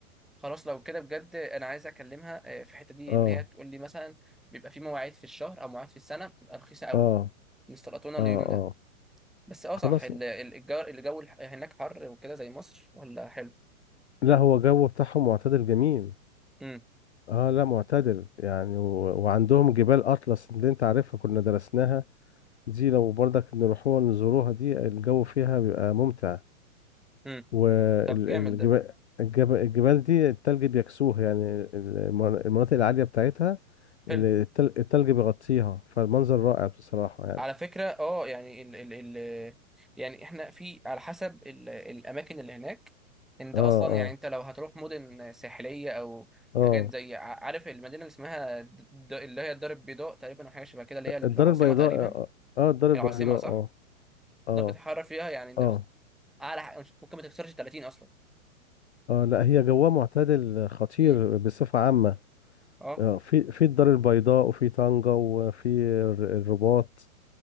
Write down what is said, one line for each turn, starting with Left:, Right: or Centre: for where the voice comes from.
Centre: خلاص لو كده بجد انا عايز اكلمها آه، في الحته دي
Left: اه
Centre: ان هي تقول لي مثلا بيبقى في مواعيد في الشهر او مواعيد في السنه بتبقى رخيصه قوي
Left: اه
Centre: نستلطونا اليوم
Left: اه
Centre: ده
Left: اه
Centre: بس اه
Left: خلاص
Centre: صح ال- ال- الجار الجو الح- هناك حر وكده زي مصر ولا حلو
Left: لا هو جو بتاعهم معتدل جميل
Centre: امم
Left: اه لا معتدل يعني و... وعندهم جبال اطلس اللي انت عارفها كنا درسناها دي لو برضك نروحوها نزوروها دي الجو فيها بيبقى ممتع
Centre: امم
Left: والجبال
Centre: طب جامد ده
Left: الجبال الجبال دي التلج بيكسوه يعني ال- المنا- المناطق العالية بتاعتها
Centre: حلو
Left: ال- التل- التلج بيغطيها فالمنظر رائع بصراحة يعني
Centre: على فكرة اه يعني ال ال ال يعني احنا في على حسب ال الأماكن اللي هناك انت
Left: اه
Centre: أصلا
Left: اه
Centre: يعني انت لو هتروح مدن ساحلية أو
Left: اه
Centre: حاجات زي ع- عارف المدينة اللي اسمها د- د- اللي هي الدار البيضاء تقريبا أو حاجة شبه كده اللي هي العاصمة
Left: الدار البيضاء
Centre: تقريبا
Left: اه آه، آه، الدار البيضاء
Centre: العاصمة صح؟
Left: اه اه
Centre: ده بتتحرك فيها يعني ده
Left: اه
Centre: في- أعلى ح- مش- ممكن ما تكسرش 30 أصلا
Left: اه لا هي جوها معتدل خطير
Centre: امم
Left: بصفة عامة
Centre: اه
Left: آه، في في الدار البيضاء وفي طنجة وفي الر- الرباط